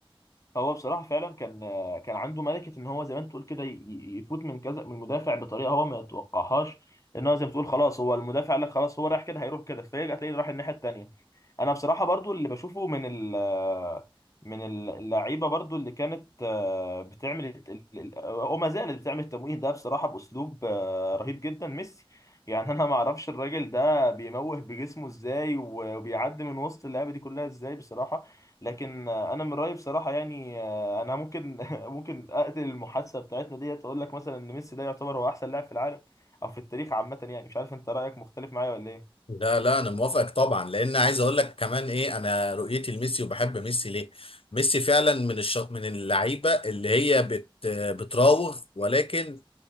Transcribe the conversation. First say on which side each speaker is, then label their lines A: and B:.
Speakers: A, on the left; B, on the left.
A: هو بصراحة فعلا كان كان عنده ملكة ان هو زي ما انت تقول كده ي- ي- يفوت من كذا من المدافع بطريقة هو ما يتوقعهاش ان هو زي ما تقول خلاص هو المدافع قال لك خلاص هو رايح كده هيروح كده فيرجع تلاقيه راح الناحية التانية انا بصراحة برضو اللي بشوفه من ال من ال- اللعيبة برضو اللي كانت آه، بتعمل الت- ال- ال- وما زالت بتعمل التمويه ده بصراحة بأسلوب آه، رهيب جدا ميسي يعني انا ما اعرفش الراجل ده بيموه بجسمه ازاي وبيعدي من وسط اللعيبة دي كلها ازاي بصراحة لكن آه، انا من رايي بصراحه يعني آه، انا ممكن <laughs> ممكن اقتل المحادثه بتاعتنا ديت واقول لك مثلا ان ميسي ده يعتبر هو احسن لاعب في العالم او في التاريخ عامه يعني مش عارف انت رايك مختلف معايا ولا ايه
B: لا لا انا موافقك طبعا لان عايز اقول لك كمان ايه انا رؤيتي لميسي وبحب ميسي ليه ميسي فعلا من الش... من اللعيبه اللي هي بت... بتراوغ ولكن